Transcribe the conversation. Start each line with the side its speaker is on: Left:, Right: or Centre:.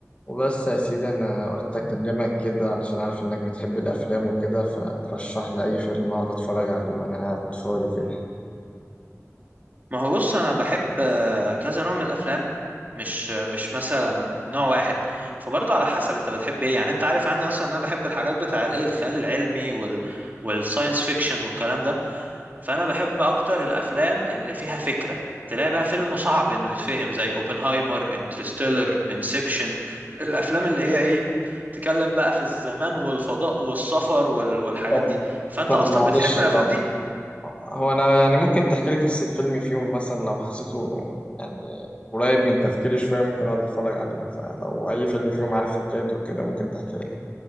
Left: وبس يا سيدي انا قلت اكلمك كده علشان عارف انك بتحب الافلام وكده فترشح لي اي فيلم اقعد اتفرج عليه وانا قاعد فاضي كده
Right: ما هو بص انا بحب آه، كذا نوع من الافلام مش مش مثلا نوع واحد فبرضه على حسب انت بتحب ايه يعني انت عارف عني اصلا ان انا بحب الحاجات بتاع الايه الخيال العلمي وال والساينس فيكشن والكلام ده فانا بحب اكتر الافلام اللي فيها فكرة تلاقي بقى فيلم صعب انه يتفهم زي اوبنهايمر انترستيلر انسبشن الافلام اللي هي ايه بتتكلم بقى في الزمان والفضاء والسفر وال... والحاجات
Left: طب
Right: دي فانت
Left: طب
Right: اصلا
Left: معلش
Right: بتحب الافلام
Left: لا
Right: دي
Left: هو انا يعني ممكن تحكي لي قصة فيلم فيهم مثلا لو حسيته يعني قريب من تفكيري شوية ممكن اقعد اتفرج عليه فلو اي فيلم فيهم عارف حكايته كده ممكن تحكي لي